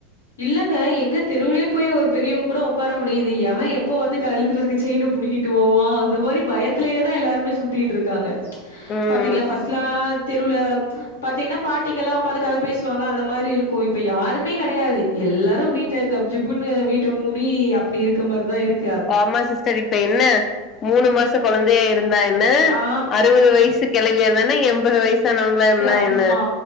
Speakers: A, on the left (about 75°); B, on the left (about 35°).
A: இல்லங்க எங்க தெருவுலே போய் ஒரு பெரியவங்க கூட உக்கார முடியுது எவெ எப்போ வந்து கழுத்துல்ருக்கு செயின புடிங்கிட்டு போவா அந்த மாரி பயத்துலேதா எல்லாருமே சுத்திட்டுருக் காங்க
B: ம்
A: பாத்தீங்களா ஃபஸ்ட்லா தெருல பாத்தீங்கன்னா பாட்டிங்கெல்லா உக்காந்து கத பேசுவாங்க அந்த மாரி இருக்கு இப்ப யாருமே கெடையாது எல்லாரு வீட்ட கப்ஜிப்புன்னு வீட்ட முடி அப் அப்டிருக்க மாரிதா இருக்
B: ஆமா சிஸ்டர் இப்ப என்ன மூணு மாச கொழந்தையா இருந்தா என்ன
A: ஆ
B: அறுவது வயசு கெழவியா இருந்தானா எம்பது வயசானவங்களா இருந்தா
A: ஆமா,
B: என்ன